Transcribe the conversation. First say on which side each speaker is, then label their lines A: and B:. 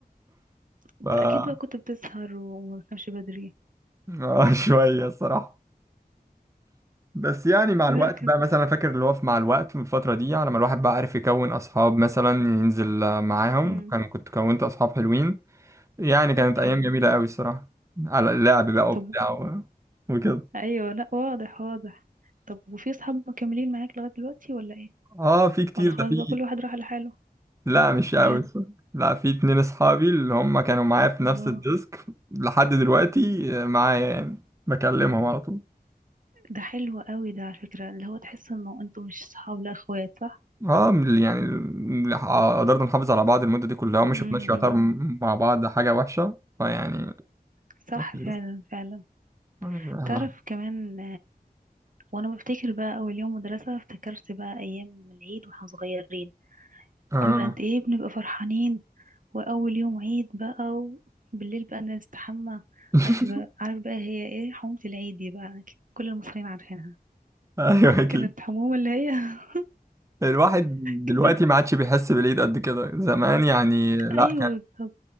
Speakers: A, on the right (about 55°); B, on the right (about 20°).
A: انت
B: ف آه،
A: اكيد بقى كنت بتسهر وما بتنامش بدري
B: <laughs> شويه الصراحه بس يعني مع
A: لا
B: الوقت
A: كده
B: بقى مثلا أنا فاكر اللي هو في- مع الوقت في الفتره دي على ما الواحد بقى عارف يكون اصحاب مثلا ينزل آه، معاهم
A: امم
B: كان كنت كونت اصحاب حلوين يعني كانت ايام
A: حلو
B: جميله قوي الصراحه على اللعب بقى
A: طب
B: وبتاع و- وكده
A: ايوه لا واضح واضح طب وفي اصحاب مكملين معاك لغاية دلوقتي ولا ايه
B: اه في كتير
A: ولا
B: ده
A: خلاص
B: في
A: بقى كل واحد راح لحاله
B: لا مش قوي
A: بجد
B: الصراحة. لا في اتنين اصحابي اللي هم كانوا معايا في نفس
A: الله
B: الديسك لحد دلوقتي آه، معايا يعني بكلمهم على طول
A: ده حلو قوي ده على فكرة اللي هو تحس انه انتوا مش صحاب لا اخوات صح
B: اه من ال- يعني ال- ح- قدرنا نحافظ على بعض المده دي كلها وما
A: امم
B: شفناش يعتبر م- مع بعض حاجه وحشه فيعني
A: صح
B: أكيد.
A: فعلا فعلا
B: أهلا.
A: تعرف كمان وانا بفتكر بقى اول يوم مدرسة افتكرت بقى ايام العيد واحنا صغيرين
B: آه.
A: كنا قد ايه بنبقى فرحانين واول يوم عيد بقى وبالليل بقى نستحمى
B: <laughs>
A: عارفة بقى عارف بقى هي ايه حمومة العيد دي بقى كل المصريين عارفينها
B: ايوه اكيد
A: كانت حمومة اللي هي <laughs>
B: الواحد دلوقتي
A: كانت
B: ما عادش بيحس بالايد قد كده زمان يعني لا
A: ايوه بالظبط